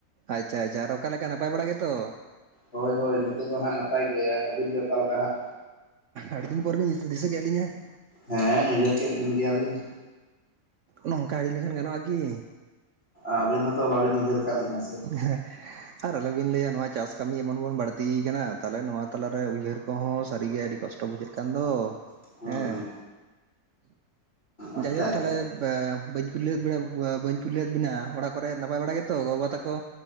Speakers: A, on the right; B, on the left.
A: ᱟᱪᱪᱷᱟ ᱟᱪᱪᱷᱟ ᱟᱨ ᱚᱠᱟ ᱞᱮᱠᱟ ᱱᱟᱯᱟᱭ ᱵᱟᱲᱟᱭ ᱜᱮᱛᱚ?
B: ᱦᱳᱭ ᱦᱳᱭ ᱱᱤᱛᱚᱜ ᱫᱚ ᱦᱟᱸᱜ ᱱᱟᱯᱟᱭ ᱜᱮ ᱾ ᱟᱹᱵᱤᱱ ᱜᱮ ᱚᱠᱟ ᱞᱮᱠᱟ ᱦᱟᱸᱜ?
A: ᱟᱹᱰᱤ ᱫᱤᱱ ᱯᱚᱨ ᱵᱤᱱ ᱫᱤᱥᱟᱹ ᱫᱤᱥᱟᱹ ᱠᱮᱫ ᱞᱤᱧᱟ ᱾
B: ᱦᱮᱸ ᱩᱭᱦᱟᱹᱨ ᱠᱮᱫ ᱵᱤᱱ ᱜᱮᱭᱟᱞᱤᱧ ᱾
A: ᱱᱚᱝᱠᱟ ᱟᱹᱲᱤ ᱞᱮᱱᱠᱷᱟᱱ ᱜᱟᱱᱚᱜᱼᱟ ᱠᱤ?
B: ᱟᱹᱵᱤᱱ ᱦᱚᱸᱛᱚ ᱵᱟᱹᱵᱤᱱ ᱩᱭᱦᱟᱹᱨ ᱠᱟᱜ ᱞᱤᱧᱟᱹ ᱥᱮ ᱾
A: <unintelligible> ᱟᱨ ᱟᱞᱚᱵᱤᱱ ᱞᱟᱹᱭᱟ ᱱᱚᱣᱟ ᱪᱟᱥ ᱠᱟᱹᱢᱤ ᱮᱢᱚᱱ ᱵᱚᱱ ᱵᱟᱹᱲᱛᱤ ᱠᱟᱱᱟ ᱛᱟᱦᱚᱞᱮ ᱱᱚᱣᱟ ᱛᱟᱞᱟᱨᱮ ᱩᱭᱦᱟᱹᱨ ᱠᱚᱦᱚᱸ ᱥᱟᱹᱨᱤᱜᱮ ᱟᱹᱰᱤ ᱠᱚᱥᱴᱚ ᱠᱚᱥᱴᱚ ᱵᱩᱡᱷᱟᱹᱜ ᱠᱟᱱ ᱫᱚ
B: ᱦᱩᱸ
A: ᱦᱮᱸ,
B: ᱦᱩᱸ ᱟᱪᱪᱷᱟ
A: ᱡᱟᱭᱦᱳᱠ
B: ᱟᱪᱪᱷᱟ
A: ᱛᱟᱦᱚᱞᱮ ᱵᱟᱹᱧ ᱠᱩᱞᱤᱞᱮᱫ ᱵᱤᱱᱟ ᱵᱟᱹᱧ ᱠᱩᱞᱤ ᱞᱮᱫ ᱵᱤᱱᱟ ᱚᱲᱟᱜ ᱠᱚᱨᱮ ᱱᱟᱯᱟᱭ ᱵᱟᱲᱟ ᱜᱮᱛᱚ ᱜᱚ ᱵᱟᱵᱟ ᱛᱟᱠᱚ?